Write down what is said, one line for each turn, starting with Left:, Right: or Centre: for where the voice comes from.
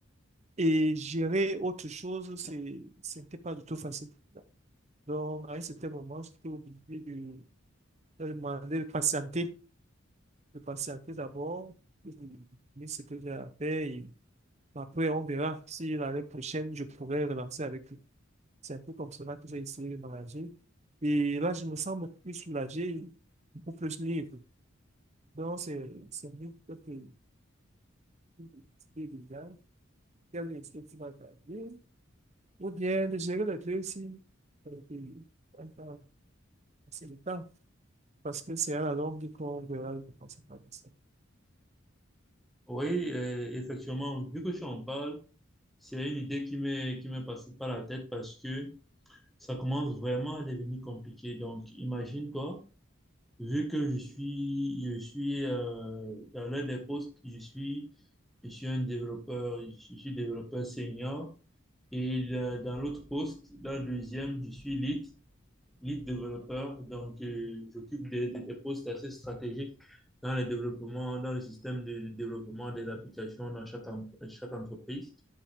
Right: Et gérer autre chose, c'est, c'était pas du tout facile. Donc, à un certain moment, j'étais obligé de, de demander de patienter, de patienter d'abord, et de terminer ce que j'ai à faire. Et après, on verra si l'année prochaine, je pourrais relancer avec lui. C'est un peu comme cela que j'ai essayé de m'engager. Et là, je me sens beaucoup plus soulagé, beaucoup plus libre. Donc, c'est c'est mieux que de décider déjà. Quel est ce qui va t'arriver? ou bien de gérer les deux aussi. Et puis, ouais, bah, C'est le temps, parce que c'est à la longue qu'on verra les conséquences de ça.
Centre: Oui, euh, effectivement, vu que tu en parles, c'est une idée qui m'est qui m'est passée par la tête parce que ça commence vraiment à devenir compliqué. Donc, imagine-toi, vu que je suis je suis euh, dans l'un des postes, je suis je suis un développeur, je suis développeur senior et euh, dans l'autre poste, dans le deuxième, je suis lead. lead développeur. Donc, euh, j'occupe des, des, des postes assez stratégiques dans le développement, dans le système de, de développement des applications dans chaque, chaque entreprise.